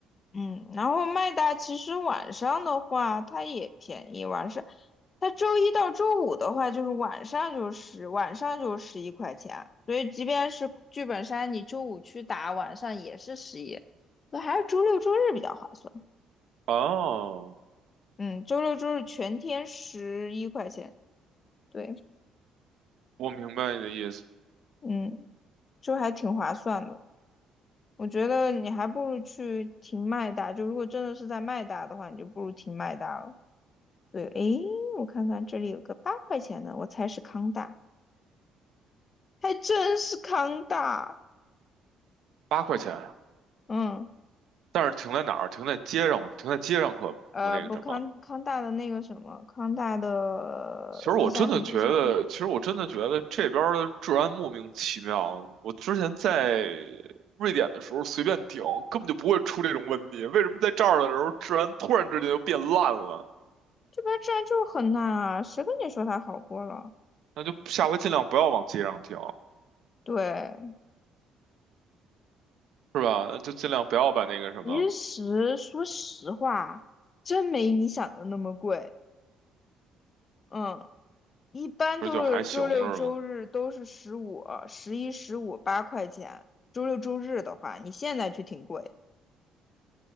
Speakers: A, on the left; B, on the right.
A: 嗯，然后麦达其实晚上的话，它也便宜。晚上，它周一到周五的话，就是晚上就是晚上就十一块钱。所以即便是剧本杀，你周五去打，晚上也是十一。那还是周六周日比较划算。
B: 哦，
A: 嗯，周六周日全天十一块钱。对，
B: 我明白你的意思。
A: 嗯，就还挺划算的。我觉得你还不如去停麦达，就如果真的是在麦达的话，你就不如停麦达了。对，诶，我看看这里有个八块钱的，我猜是康大，还真是康大。
B: 八块钱，
A: 嗯，
B: 但是停在哪儿？停在街上，停在街上可不那个什么。
A: 呃，不康康大的那个什么，康大的地下停车场，
B: 其实我真的觉得，其实我真的觉得这边儿的治安莫名其妙。我之前在瑞典的时候随便停，根本就不会出这种问题。为什么在这儿的时候治安突然之间就变烂了？
A: 这边治安就很烂啊，谁跟你说它好过了？
B: 那就下回尽量不要往街上停。
A: 对，
B: 是吧？那就尽量不要把那个什么，
A: 其实说实话，真没你想的那么贵。嗯，一般都是周六周日都是十五、
B: 不是就还行是吗？
A: 十一、十五八块钱，周六周日的话，你现在去挺贵。